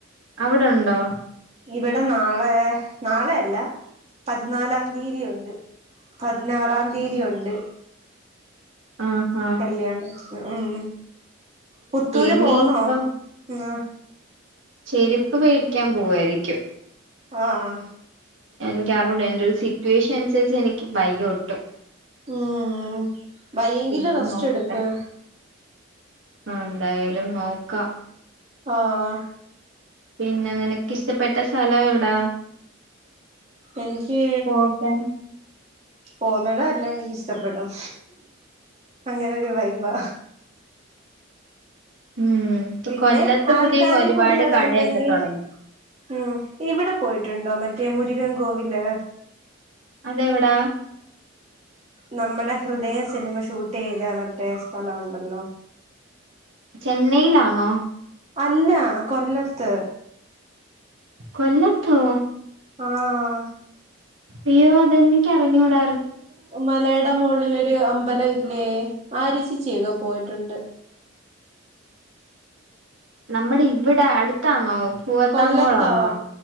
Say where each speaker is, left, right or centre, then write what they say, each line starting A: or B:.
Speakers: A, on the right; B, on the right.
A: അവിടെ ഉണ്ടോ.
B: ഇവിടെ നാളെ നാളെ അല്ല പതിനാലാം തീയതി ഉണ്ട് പതിനാറാം തീയതി ഉണ്ട്
A: ആഹ് ഹ
B: കല്യാണത്തിന് ഉം പുത്തൂര്
A: ഇനിയിപ്പം
B: പോന്നോ ങ്ങ
A: ചെരിപ്പ് മേടിക്കാൻ പോവായിരിക്കും.
B: ആഹ്
A: എനിക്ക് അറിഞ്ഞൂട എന്റെ ഒരു സിറ്റുവേഷൻ അനുസരിച്ച് എനിക്ക് വയ്യ ഒട്ടും.
B: ഉം വയ്യങ്കില്
A: പിന്നെ
B: റസ്റ്റ്
A: നോക്കട്ടെ
B: എടുക്ക്.
A: ആ എന്തായാലും നോക്കാം.
B: ആഹ്
A: പിന്നെ നിനക്കിഷ്ടപ്പെട്ട സ്ഥലം എവിടാ?
B: എനിക്ക്
A: പോകാൻ
B: പോന്നിട എല്ലാം എനിക്ക് ഇഷ്ടപ്പെടും അങ്ങനൊരു വൈബാ.
A: ഉം ഇപ്പൊ
B: പിന്നെ
A: കൊല്ലത്ത്
B: ആൾക്കാര്
A: പുതിയ ഒരുപാട്
B: കൂടുതലുണ്ടെങ്കി
A: കടയൊക്കെ തൊടങ്ങി
B: ഉം ഇവട് പോയിട്ടുണ്ടോ മറ്റേ മുരുകൻ കോവില്
A: അതെവിടാ
B: നമ്മടെ ഹൃദയ സിനിമ ഷൂട്ട് ചെയ്ത മറ്റേ സ്ഥലൊണ്ടല്ലോ
A: ചെന്നൈയിലാന്നോ?
B: അല്ലാ കൊല്ലത്ത്.
A: കൊല്ലത്തോ
B: ആഹ്
A: അയ്യോ അതെനിക്ക അറിഞ്ഞൂടാ
B: മലട മോ ഒരു അമ്പല ഇല്ലേ ആരി ചെച്ചി പോയിട്ടുണ്ട്
A: നമ്മടെ ഇവിടെ അടുത്താന്നോ? പൂവത്താ
B: കൊല്ലത്താ
A: മോളാന്നോ